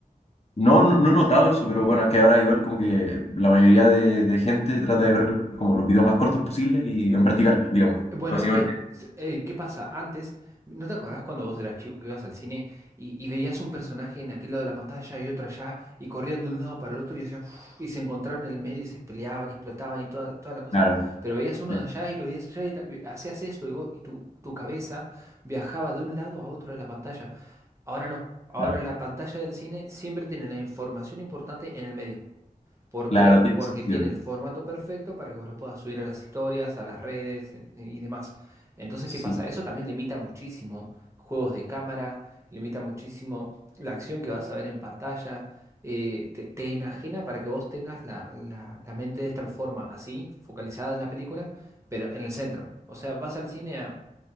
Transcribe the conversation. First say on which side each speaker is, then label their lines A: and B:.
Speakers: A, on the left (about 45°); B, on the right (about 20°).
A: No, no, no he notado eso, pero bueno, es que ahora igual como que la mayoría de, de gente trata de ver como los videos más cortos posibles y en vertical, digamos,
B: Bueno,
A: básicamente.
B: eh, s- eh, ¿qué pasa? Antes, ¿no te acordás cuando vos eras chico que ibas al cine y, y veías un personaje en aquel lado de la pantalla y otro allá y corrían de un lado para el otro y, hacían uf, y se encontraban en el medio y se peleaban y explotaban y toda, toda la cosa?
A: Claro,
B: Pero veías uno
A: sí,
B: de allá y lo veías allá y era- ve- hacías esto y, vos- y tu, tu cabeza viajaba de un lado a otro de la pantalla. Ahora no, ahora
A: claro,
B: la pantalla del cine siempre tiene la información importante en el medio. ¿Por
A: claro,
B: qué?
A: tiene
B: Porque
A: sentido.
B: tiene el formato perfecto para que vos lo puedas subir a las historias, a las redes en- y demás. Entonces,
A: Sí.
B: ¿qué pasa? Eso también limita muchísimo juegos de cámara, limita muchísimo la acción que vas a ver en pantalla, eh, te, te enajena para que vos tengas la, la- la mente de esta forma, así, focalizada en la película, pero en el centro. O sea, vas al cine a,